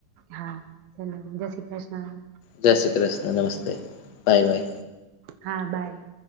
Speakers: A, on the right (about 85°); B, on the left (about 55°).
A: હા ચલો જય શ્રી કૃષ્ણ
B: જય શ્રી કૃષ્ણ નમસ્તે બાય બાય
A: હા બાય.